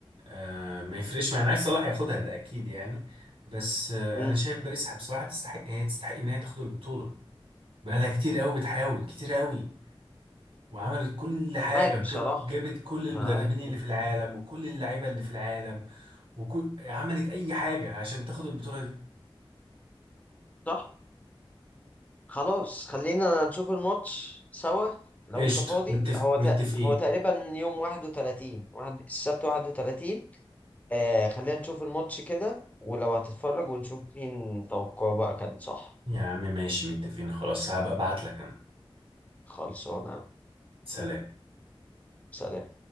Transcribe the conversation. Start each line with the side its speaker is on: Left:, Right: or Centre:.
Right: آه ما يفرقش معايا انا عايز صلاح ياخدها ده اكيد يعني بس آه
Left: مم.
Right: انا شايف باريس بصراحه تستحق هي تستحق ان هي تاخد البطوله بقالها كتير قوي بتحاول كتير قوي وعملت كل حاجه
Left: معاك بصراحة
Right: جابت جابت كل المدربين
Left: معاك
Right: اللي
Left: مم.
Right: في العالم وكل اللعيبه اللي في العالم وكل عملت اي حاجه عشان تاخد البطوله دي
Left: صح خلاص خلينا نشوف الماتش سوا لو
Right: قشطة
Left: انت فاضي
Right: متفق
Left: هو
Right: متفقين
Left: ت... هو تقريبا يوم 31 واحد السبت 31 آه خلينا نشوف الماتش كده ولو هتتفرج ونشوف مين توقعه بقى كان صح
Right: يا عم ماشي متفقين خلاص هبقى ابعت لك انا
Left: خلصانة
Right: سلام
Left: سلام